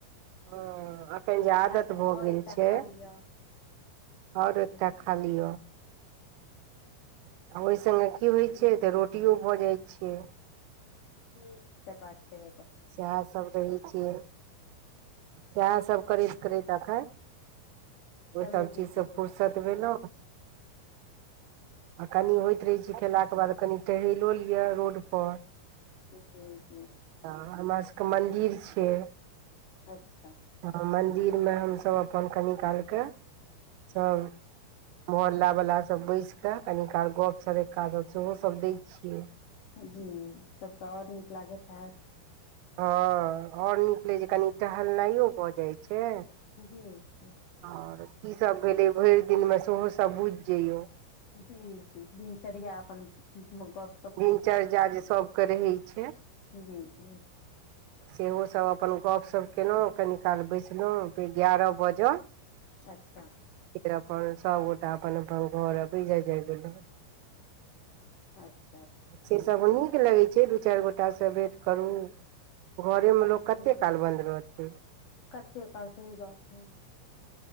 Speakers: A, on the right; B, on the left.
A: हँ एखन जे आदत
B: हैत कनि
A: भऽ
B: आओर
A: गेल
B: एकटा
A: छै
B: खा लिअ
A: आओर
B: जी
A: एतटा
B: जी
A: खा लिअ आ ओहि सङ्गे की होइत छै
B: जी
A: तऽ
B: सही
A: रोटियो
B: बात
A: भऽ
B: छै
A: जाइत छियै
B: जी ई तऽ बात छै
A: सएहसभ रहै छियै सएहसभ करैत करैत एखैन ओ
B: समय
A: सभ
B: बीत
A: चीजसँ फुर्सत भेलहु आ कनि होइत रहै छै खेलाके बाद कनि टहैेलो लिअ रोडपर
B: जी जी
A: तऽ हमरा सबके मन्दिर छियै
B: अच्छा
A: हँ मन्दिरमे हमसभ अपन कनी कालके सब मोहल्ला वला सब बैसि के कनीकाल गप सरक्का सब सेहो सब दै छियै
B: जी तब तऽ आओर नीक लागैत हैत
A: हँ घर निकलैत छै कनि टहलनाइयो भऽ जाइत छै
B: जी जी
A: आओर कीसभ भेलै भरि दिनमे सेहोसभ बुझि जइयौ
B: जी जी दिनचर्या अपन गप
A: दिनचर्या जे सभके रहै छै।
B: जी जी
A: सेहोसभ अपन गपशप केलहुँ कनी काल बैसलौं फेर एगारह बजल
B: अच्छा
A: <unintelligible> फेर अपन सबगोटा अपन अपन घर अबै जाय जाय गेलौं
B: अच्छा
A: से सभ नीक लगै छै दू चारि गोटासँ भेँट करू घरेमे लोक
B: जी
A: कते काल बन्द रहतै
B: कते काल सही बात छै